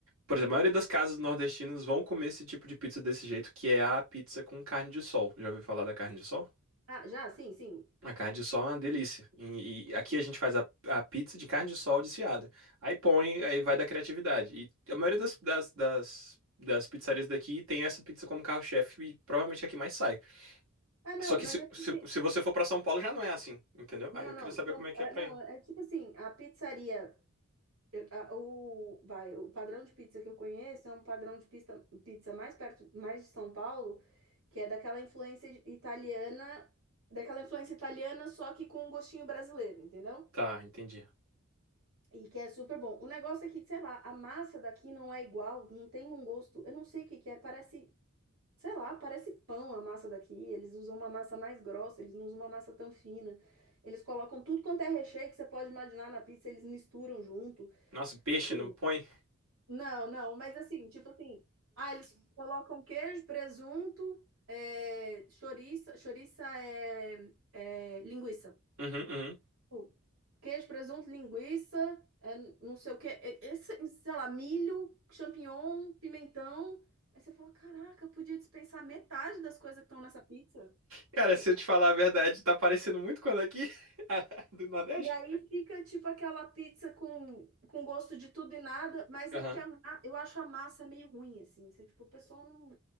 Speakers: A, on the right; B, on the right.
A: Por exemplo, a maioria das casas nordestinas vão comer esse tipo de pizza desse jeito, que é a pizza com carne de sol. Já ouviu falar da carne de sol?
B: Ah, já? Sim, sim.
A: A carne de sol é uma delícia. E, e aqui a gente faz a, a pizza de carne de sol desfiada. Aí põe, aí vai da criatividade. E a maioria das, das, das, das pizzarias daqui tem essa pizza como carro-chefe e provavelmente é a que mais sai.
B: Ah, não,
A: Só que
B: mas
A: se,
B: é porque.
A: se, se você for pra São Paulo já não é assim, entendeu?
B: Não,
A: Aí eu
B: não.
A: queria saber
B: São...
A: como é que
B: ah,
A: é pra
B: Não,
A: aí
B: é tipo assim, a pizzaria. eu- a- o, vai, o padrão de pizza que eu conheço é um padrão de pizza, pizza mais perto, mais de São Paulo, que é daquela influência italiana, daquela influência italiana, só que com um gostinho brasileiro, entendeu?
A: Tá, entendi.
B: E que é super bom. O negócio é que, sei lá, a massa daqui não é igual, não tem um gosto. Eu não sei o que que é, parece, sei lá, parece pão a massa daqui. Eles usam uma massa mais grossa, eles não usam uma massa tão fina. Eles colocam tudo quanto é recheio que você pode imaginar na pizza, eles misturam junto.
A: Nossa, peixe
B: Enfim,
A: não põe?
B: não, não, mas assim, tipo assim, ah, eles colocam queijo, presunto, é, chouriça, chouriça é é linguiça.
A: Uhum, uhum.
B: Tipo, Queijo, presunto, linguiça, é, não sei o que, esse, sei lá, milho, champignon, pimentão. Aí você fala, caraca, eu podia dispensar metade das coisas que estão nessa pizza.
A: Cara,
B: Tipo,
A: se eu te falar a verdade, tá parecendo muito quando aqui <laughs> a do Nordeste.
B: e aí fica tipo aquela pizza com, com gosto de tudo e nada, mas
A: Aham.
B: é porque a, ma- eu acho a massa meio ruim, assim. Você, tipo, o pessoal não,